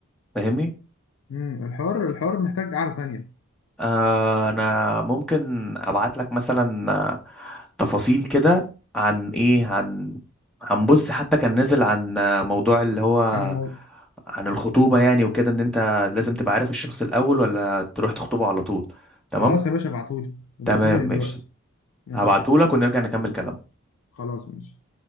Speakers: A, in the centre; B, on the left (about 75°).
A: فاهمني
B: امم الحوار الحوار محتاج قعده تانيه
A: آه انا ممكن ابعت لك مثلا آه، تفاصيل كده عن ايه عن عن بص حتى كان نزل عن آه، موضوع اللي هو
B: عن الموضوع
A: عن الخطوبة يعني وكده ان انت لازم تبقى عارف الشخص الاول ولا تروح تخطبه على طول تمام
B: خلاص يا باشا ابعتولي ابعتولي
A: تمام ماشي
B: دلوقتي ماشي
A: هبعته لك ونرجع نكمل كلام
B: خلاص ماشي